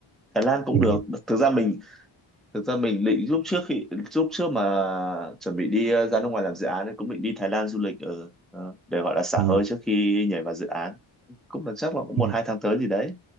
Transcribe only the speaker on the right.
ừ.
Ừ.
Ừ.